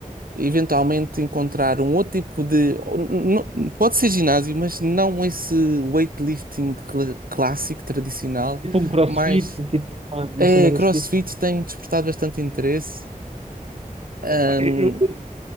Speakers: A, on the right; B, on the right.
A: eventualmente encontrar um outro tipo de, ou n- n- pode ser ginásio, mas não esse weightlifting cla- clássico, tradicional,
B: Tipo um crossfit,
A: mas
B: tipo uma uma
A: é,
B: cena desse
A: CrossFit
B: tipo.
A: tem despertado bastante interesse. Ahm,
B: Epá, eu- eu-